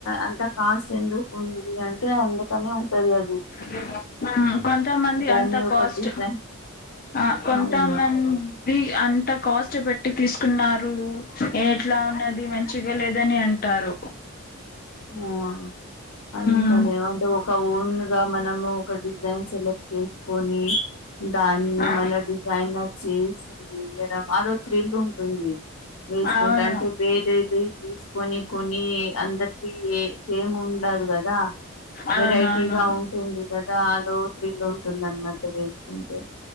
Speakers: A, on the left (about 75°); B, on the left (about 40°).
A: అంత కాస్ట్ ఎందుకు ఉంది అంటే అందుకనే ఉంటది అది
B: వివాన్ ఆ కొంతమంది
A: దాన్ని
B: అంత
A: ఒక
B: కాస్ట్
A: డిజైన్
B: ఆ కొంతమంది
A: అవును
B: హ్మ్ ఇది అంత కాస్ట్ పెట్టి తీసుకున్నారు ఎట్లా ఉన్నది మంచిగా లేదని అంటారు
A: ఆ అందుకని
B: మ్మ్
A: ఒక ఓన్ గా మనము ఒక డిజైన్ సెలెక్ట్ చేసుకొని దాన్ని
B: ఆ
A: మళ్ల డిజైనర్ చేసి వేయడం అదో థ్రిల్లింగ్ ఉంటుంది వేసుకుంటే
B: అవును
A: అంటే వేరేది తీసుకొని కొని అందరికి సేమ్ ఉండదు కదా
B: అవునవును
A: వెరైటీగా ఉంటుంది కదా అదో థ్రిల్లు ఉంటున్నట్టు వేసుకుంటే